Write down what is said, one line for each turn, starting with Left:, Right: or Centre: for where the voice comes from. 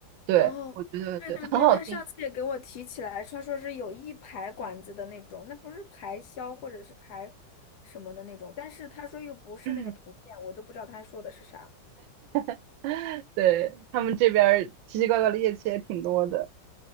Right: 对，
Left: 哦，
Right: 我觉得对，
Left: 对对对，
Right: <laughs> 很好听。
Left: 他上次也给我提起来，他说是有一排管子的那种，那不是排箫或者是排什么的那种，但是他说又不是那个图片，
Right: 嗯，
Left: 我都不知道他说的是啥。
Right: <laughs> 对，他们这边儿奇奇怪怪的乐器也挺多的。